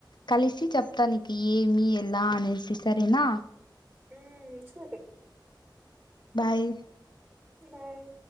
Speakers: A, on the left (about 65°); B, on the right (about 25°).
A: కలిసి చెప్తా ననికి ఏమి ఎలా అనేసిస్త సరేనా
B: ఉ సరే
A: బాయ్
B: బయ్